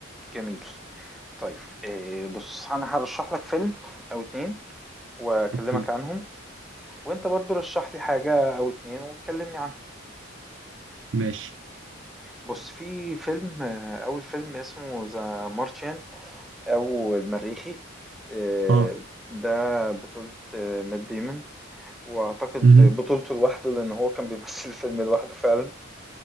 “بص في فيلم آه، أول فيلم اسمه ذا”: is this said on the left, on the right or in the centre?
Centre